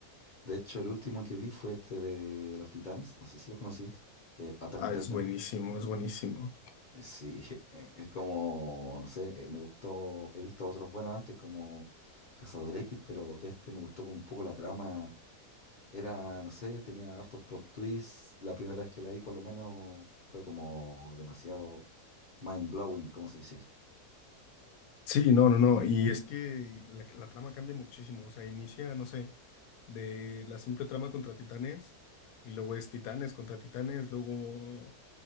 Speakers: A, on the left (about 50°); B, on the left (about 70°).
A: De hecho, el último que vi fue este de Los Titanes, no sé si lo conocías, eh, Attack
B: Ah,
A: on Titan.
B: es buenísimo, es buenísimo.
A: Eh, Sí, <laughs> eh, es como, no sé, eh, me gustó, he visto otros buenos antes como Cazador X, pero de este me gustó como un poco la trama. Era, no sé, tenía hartos plot twists. La primera vez que la vi por lo menos fue como demasiado mind blowing, como se dice.
B: Sí, no, no, no. Y es que la, la trama cambia muchísimo. O sea, inicia, no sé, de la simple trama contra titanes y luego es titanes contra titanes. Luego,